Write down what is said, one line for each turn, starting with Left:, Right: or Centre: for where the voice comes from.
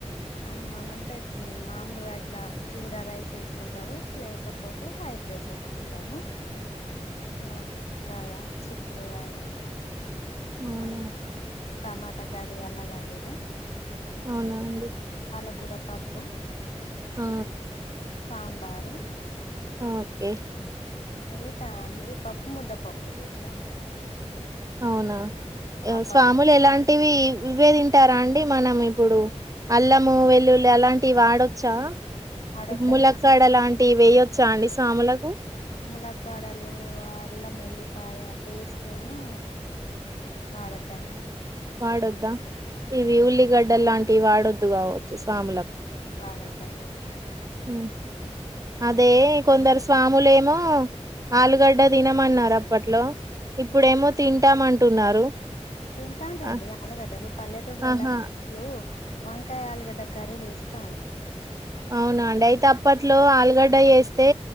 Left: అండ్ మన అంటే మామలుగా ఇట్లా జీరా రైస్ వేసుకుంటారు లేకపోతే వైట్ రైస్ వేసుకుంటాము ఆ వంకాయ చిక్కుడు గాయా
Right: అవునా
Left: మళ్లీ టమాటా కర్రీ అలాగండినా
Right: అవునా అండి
Left: పాలకూర పప్పు
Right: ఆ
Left: సాంబారు
Right: ఓకే
Left: మళ్ళీ కంది పప్పు ముద్ద పప్పు చేశానండి
Right: అవునా
Left: పాపాడు
Right: స్వాములు ఎలాంటివి ఇవే తింటారా అండి అండి మనం ఇప్పుడు అల్లము వెల్లుల్లి అలాంటివి వాడొచ్చా
Left: వాడొద్దండి
Right: ములక్కాడ
Left: స్వాములకు
Right: లాంటివి వేయొచ్చా అండి సాములకు
Left: ములక్కాడలు అల్లం వెల్లి ఉల్లి పాయ పేస్టును వాడొద్దండి
Right: వాడొద్దా
Left: ఉల్లిగడ్డ
Right: ఇవి ఉల్లిగా వడ్డ లాంటి వాడొద్దు కావచ్చు స్వాములకు
Left: వాడొద్దండి
Right: హు అదే కొందరు స్వా స్వాములేమో ఆలుగడ్డ తినమన్నారు అప్పట్లో ఇప్పుడేమో తింటామంటున్నారు
Left: తి తింటారండీ
Right: ఆ-
Left: ఆలుగడ్డలు పల్లెటూర్లలో
Right: ఆహా
Left: అసలు వంకాయ ఆలుగడ్డ కర్రీలు వేస్తారు
Right: అవును అండి అయితే తాప్పట్లో ఆలుగడ్ వంట చేస్తే